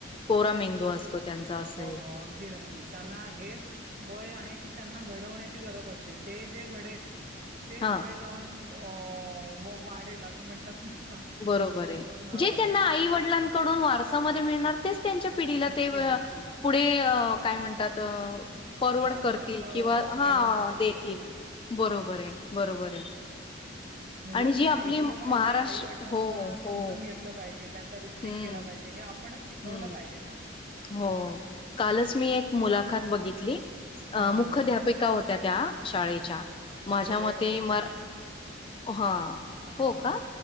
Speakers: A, on the left; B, on the right.
A: कोरा मेंदू असतो त्यांचा असं
B: हो
A: आहे.
B: हो अगदी नक्की त्यांना हेच वय आहे की त्यांना घडवण्याची गरज असते ते जे घडेल ते
A: हां.
B: पुढे जाऊन अ व वाढेल असं म्हणतात ना
A: बरोबर आहे
B: हो.
A: जे त्यांना आई वडिलांना वारसामध्ये मिळणार तेच त्यांच्या पिढीला
B: नक्की,
A: ते
B: नक्कीच.
A: पुढे काय म्हणतात फॉरवर्ड
B: वारसा
A: करतील
B: हक्क
A: किंवा हा
B: घेऊन जाणार
A: देतील
B: ते पुढे.
A: बरोबर आहे बरोबर आहे
B: मुलांनी
A: आणि जी आपली
B: ऐकलं
A: महाराष्ट्र
B: पाहिजे आई वडिलांना
A: हो
B: समजून
A: हो
B: घेतलं पाहिजे त्यां रिस्पेक्ट
A: हम्म
B: केला पाहिजे हे आपणच शिकवलं
A: हम्म
B: पाहिजे त्यांना
A: हो कालच मी एक मुलाखत बघितली
B: हां,
A: मुख्याध्यापिका होत्या त्या शाळेच्या
B: अच्छा. आपला
A: माझ्या
B: वेळ
A: मते
B: होत
A: मर
B: आलाय हां.
A: हा
B: हां,
A: हो का